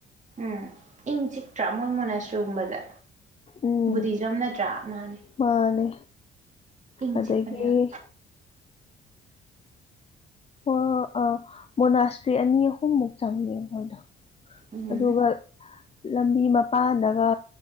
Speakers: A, on the right; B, on the left.
A: ꯎꯝ ꯏꯪ ꯆꯤꯛꯇ꯭ꯔꯥ ꯃꯣꯏ ꯃꯣꯅꯁꯇ꯭ꯔꯤꯒꯨꯝꯕꯁꯦ
B: ꯎꯝ
A: ꯕꯨꯙꯤꯖꯝ ꯅꯠꯇ꯭ꯔꯥ ꯃꯥꯅꯦ
B: ꯃꯥꯅꯦ
A: ꯏꯪ
B: ꯑꯗꯒꯤ
A: ꯆꯤꯛꯄꯅꯦ ꯌꯥꯝ
B: ꯑꯥ ꯑ ꯃꯣꯅꯥꯁꯇ꯭ꯔꯤ ꯑꯅꯤ ꯑꯍꯨꯝ ꯑꯍꯨꯝꯃꯨꯛ ꯆꯪꯉꯦ ꯃꯣꯏꯗꯣ
A: ꯎꯝ
B: ꯑꯗꯨꯒ ꯂꯝꯕꯤ ꯃꯄꯥꯟꯗꯒ